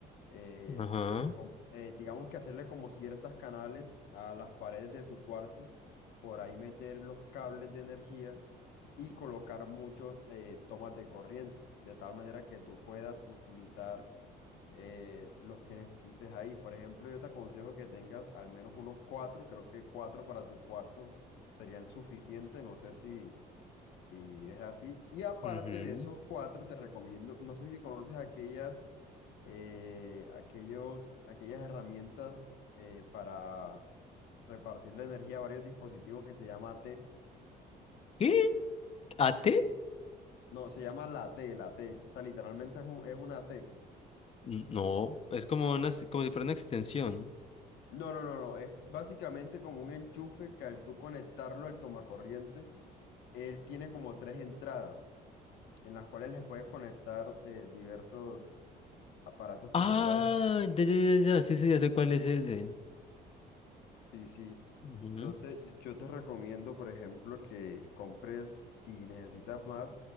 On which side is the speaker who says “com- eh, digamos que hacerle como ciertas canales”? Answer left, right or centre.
Left